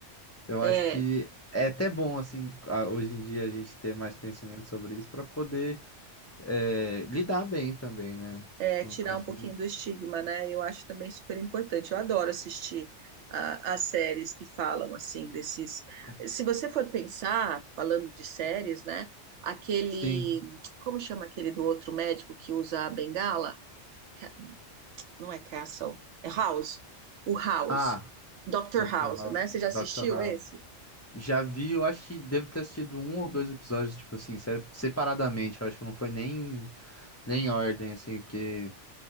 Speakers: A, on the left; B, on the right.
A: eu
B: É,
A: acho que é até bom, assim, a- hoje em dia a gente ter mais conhecimento sobre isso pra poder é, lidar bem também, né?
B: é,
A: Com,
B: tirar
A: com isso.
B: um pouquinho do estigma, né? Eu acho também super importante. Eu adoro assistir a- as séries que falam assim desses.
A: Com-
B: Se você for pensar, falando de séries, né? Aquele.
A: Sim.
B: Como chama aquele do outro médico que usa a bengala? Ca- Não é Castle, é House. O House.
A: Ah,
B: Dr.
A: Dr.
B: House,
A: House.
B: né? Você já
A: Dr.
B: assistiu
A: House.
B: esse?
A: Já vi, eu acho que devo ter assistido um ou dois episódios, tipo assim, sério, separadamente. Eu acho que não foi nem, nem em ordem, assim, porque